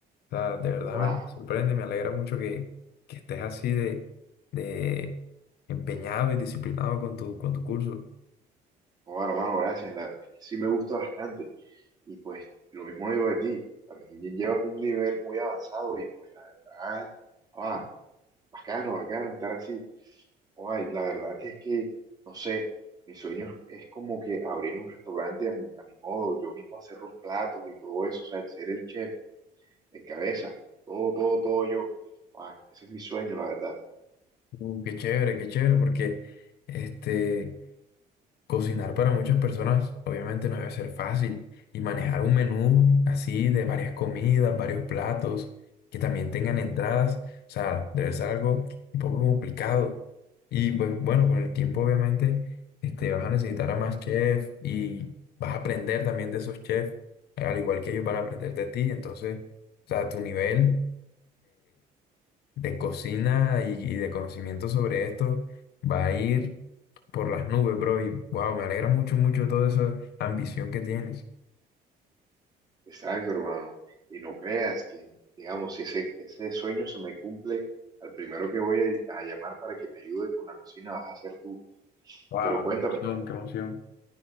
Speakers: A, on the left; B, on the right.
A: o sea, de verdad
B: Wow,
A: me sorprende, me alegra mucho que, que estés así de, de empeñado y disciplinado con tu, con tu curso.
B: wow, hermano, gracias, la verdad es que sí me gusta bastante. Y pues lo mismo digo de ti, también llevas un nivel muy avanzado y pues la verdad, wow, Bacano, bacano estar así. Ay, la verdad es que, no sé, mi sueño es como que abrir un restaurante a mi, a mi modo, yo mismo hacer los platos y todo eso, o sea, ser el chef en cabeza, todo, todo, todo yo. Ah, ese es mi sueño, la verdad.
A: Uh, qué chévere, qué chévere, porque este... Cocinar para muchas personas obviamente no debe ser fácil y manejar un menú así de varias comidas, varios platos que también tengan entradas, o sea, debe ser algo un poco complicado. Y pues bueno, con el tiempo obviamente este, vas a necesitar a más chefs y vas a aprender también de esos chefs, al igual que ellos van a aprender de ti. Entonces, o sea, tu nivel de cocina y, y de conocimiento sobre esto va a ir por las nubes, bro. Y wow, me alegra mucho, mucho toda esa ambición que tienes.
B: Exacto, hermano. Y no creas que, digamos, si ese, ese sueño se me cumple, al primero que voy a, a llamar para que me ayude con la cocina vas a ser tú.
A: Wow,
B: Pero cuéntame,
A: qué emoción, qué emoción.